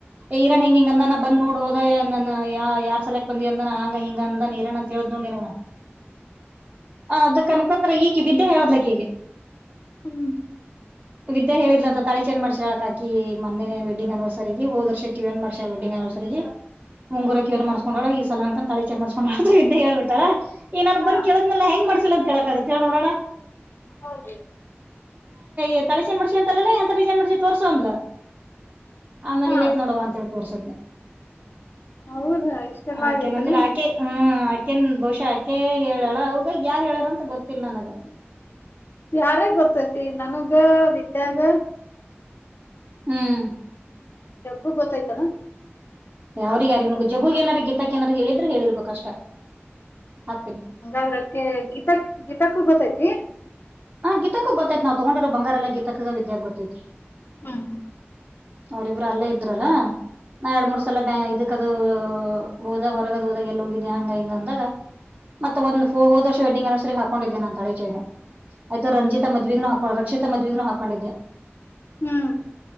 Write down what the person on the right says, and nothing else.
ಈರಣ್ಣ ಹಿಂಗ ಹಿಂಗ ಅಂದಾನ ಬಂದ ನೋಡ್ ಹೋದ ಅಂದನ್ ಯ ಯಾರ್ ಸಲಕ್ ಬಂದಿ ಅಂದನಾ ಹಂಗ ಹಿಂಗ ಅಂದನ್ ಈರಣ್ಣ ಹೇಳಿದ್ ನೋಡ ನಾ ಅದಕ್ಕ ಅನಕೋಂಡರ ಈ ವಿದ್ಯಾ ಹೇಳಿದ್ಲ ಅಕ್ಕಿಗೀ
ವಿದ್ಯಾ ಹೇಳಿದಂತ ತಾಳಿ ಚೈನ್ ಮಾಡ್ಸಳ ಅಕ್ಕಾ ಮೊನೆ ವೆಡ್ಡಿಂಗ್ ಅನಿವರ್ಸರಿಗೆ ಹೋದ ವರ್ಷ ಕಿವ್ಯಾನು ಮಾಡ್ಸಳ ವೆಡ್ಡಿಂಗ್ ಅನಿವರ್ಸರಿಗಿ ಉಂಗುರಕ ಇವ್ ಮಾಡಸ್ಕೊಂಡಳ ಈ ಸಲ ಅನ್ಕು ತಾ ಚೈನ್ ಮಾಡಿಸಿಕೊಂಡಾಳ ಅಂತ ವಿದ್ಯಾ ಹೇಳ್ಬಿಟ್ಟಾಳ್ ಈಗ ನನ್
ಬಂದ ಕೇಳಿದ್ಮಲೆ ಹೆಂಗ ಮಾಡ್ಸಿಲ್ಲ ಅಂತ ಹೇಳಕ್ಕಾಗುತ್ತ ಹೇಳ ನೋಡೋಣ.
ಎ ತಾಳಿ ಚೈನ್ ಮಾಡ್ಸಿ ಅಂತಲ್ಲೇ ಎಂತಾ ಡಿಸೈನ್ ಮಾಡಿಸಿ ತೋಸೂ ಅಂದ್ಲ. ಆಮೇಲೆ
ಇಲ್ಲೈಐತ್ ನೋಡುವಾ ಅಂತೇಳಿ ತೋರ್ಸದ್ನಿ.
ಆಕೆನಂದಿಲಾ
ಆಕಿ ಹ್ಮ ಆಕೆನ್ ಬಹುಶಃ ಆಕೆ ಹೇಳಾಳ ಅವ್ವಗ ಯಾರ್ ಹೇಳಾರ ಅಂತ ಗೊತ್ತಿಲ್ಲ ನನಗ.
ಹ್ಮ್.
ಅವ್ರಿಗ್ ಯಾರಿಗ ಜಗ್ಗುಗ ಏನರ ಗೀತಕ್ಕ ಏನರ ಹೇಳಿದ್ರ ಹೇಳಿರ್ಬೇಕ ಅಷ್ಟ. ಹಾಕ್ತಿನ.
ಹಾ ಗೀತಕ್ಕಗ ಗೊತ್ತೈತಿ ನಾವ ತಗೊಂಡಿರೋ ಬಂಗಾರ ಎಲ್ಲ ಗೀತಕ್ಕಗ ವಿದ್ಯಾಗ ಗೊತ್ತೈತಿ.
ಅವರಿಬ್ರು ಅಲ್ಲೇ ಇದ್ರಲ್ಲಾ. ನಾ ಯಾಡ್ ಮೂರ ಸಲ ಬ್ಯಾ ಇದಕ್ಕ ಅದು ಹೋದಾಗ ಹೊರಗದು ಹೋದಾಗ ಎಲ್ಲಿ ಹೋಗಿದ್ದಿ ಹಂಗ ಹಿಂಗ ಅಂದಾಗ. ಮತ್ತ ಒಂದ ಹೊ ಹೋದವರ್ಷ ವೆಡ್ಡಿಂಗ್ ಆನಿವರ್ಸರಿಗ ಹಾಕೊಂಡಿದ್ದೆ ನಾನ ತಾಳಿಚೈನ್. ಆಯ್ತು ರಂಜಿತ ಮದ್ವಿಗನು ಹಾಕೊ ರಕ್ಷಿತಾ ಮದ್ವಿಗನು ಹಾಕೊಂಡಿದ್ದ.